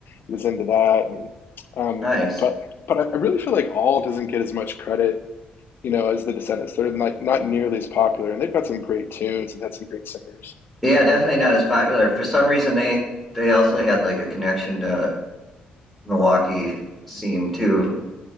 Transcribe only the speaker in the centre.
Nice.
Yeah, definitely not as popular. For some reason, they they also had like a connection to Milwaukee scene too.